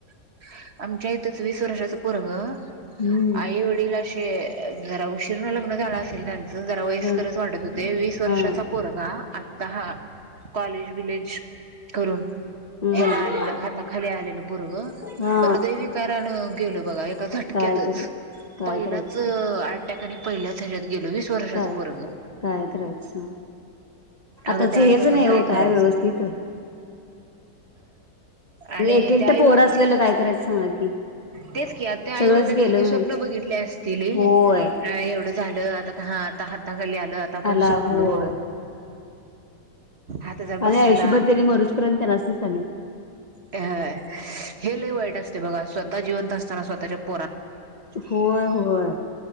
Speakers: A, on the right (about 40°); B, on the left (about 35°).
A: - आमच्या इथेच वीस वर्षाच पोरग <unintelligible>
B: हम्म
A: आई वडीलाशी ते जरा उशीरा लग्न झाला असेल. जरा वयस्करच
B: ह
A: वाटत होते, वीस वर्षाचा
B: हा
A: पोरगा आता हा कॉलेज बिलेज <unintelligible>
B: हम्म
A: ह्याला आलेलं हाताखाली आलेलं पोरग
B: हा
A: हृदयविकारांन गेलं बघा एका झटक्यातच
B: काय करे काय
A: पहिलाच
B: करायचं
A: <unintelligible> त्या कडे पहिल्या <unintelligible> गेलो वीस वर्षाचं
B: काय
A: पोरगं,
B: काय करायचं आताच
A: आता त्या
B: हेच
A: आई बापाला
B: नाही हो
A: <unintelligible> करायच
B: काय व्यवस्थित
A: आणि
B: एक एकटं
A: त्या आईवडील
B: पोर असलेलं काय करायचं सांगा की
A: तेच की त्या आईवडिलांनी
B: सगळंच गेलं
A: किती
B: म्हणायचं
A: स्वप्न बघितले असतीली
B: होय
A: एवढ <unintelligible> <unintelligible> ली आलं आता आपण
B: आला
A: सुटलो.
B: होय
A: आता जरा
B: आणी
A: बसायला
B: आयुषभर त्याने मरुजपर्यंत त्यांनाची सांगितली.
A: हं हे लई वाईट असतंय बघा स्वतः जिवंत असताना स्वतः <unintelligible>
B: होय, होय